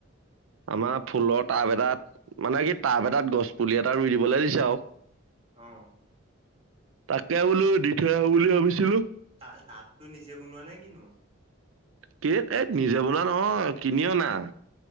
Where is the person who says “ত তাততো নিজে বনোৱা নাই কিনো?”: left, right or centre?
Right